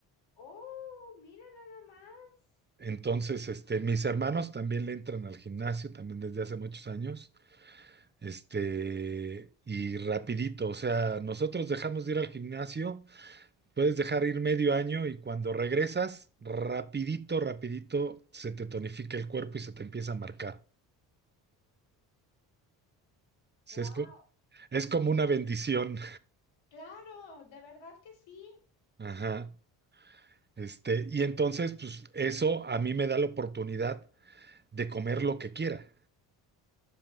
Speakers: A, on the left (about 65°); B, on the right (about 20°).
A: Oh, mira nada más.
B: Entonces, este, mis hermanos también le entran al gimnasio, también desde hace muchos años, este, y rapidito, o sea, nosotros dejamos de ir al gimnasio, puedes dejar ir medio año y cuando regresas, rapidito, rapidito, se te tonifica el cuerpo y se te empieza a marcar. Se-
A: Wow,
B: Es, co- es como una bendición.
A: claro, de verdad que sí.
B: Ajá. Este, y entonces, pues eso a mí me da la oportunidad de comer lo que quiera.